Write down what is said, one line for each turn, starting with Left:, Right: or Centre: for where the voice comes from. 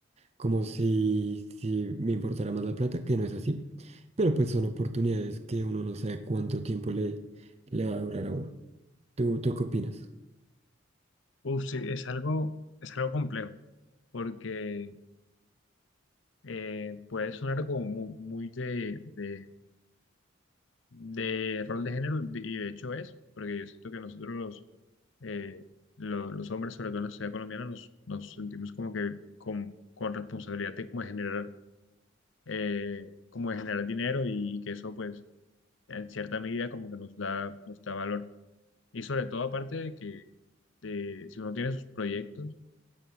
Right: como si, si me importara más la plata, que no es así, pero pues son oportunidades que uno no sabe cuánto tiempo le, le va a durar a uno. ¿Tú, tú qué opinas?
Left: Uf, sí, es algo, es algo complejo porque eh, puede sonar como mu- muy, de, de de rol de género, y de hecho es, porque yo siento que nosotros los, eh, lo- los hombres, sobre todo en la sociedad colombiana, nos, nos sentimos como que con, con responsabilidad de como de generar, eh, como de generar dinero y, que eso pues en cierta medida como que nos da, nos da valor. Y sobre todo aparte de que de- si uno tiene sus proyectos,